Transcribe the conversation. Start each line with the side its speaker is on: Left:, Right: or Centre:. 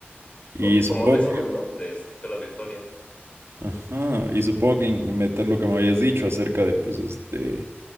Right: Y
Left: como,
Right: supongo
Left: como resumen,
Right: que,
Left: ¿no? De estructura de historia.
Right: ajá, y supongo que in- meter lo que me habías dicho acerca de, pues, este,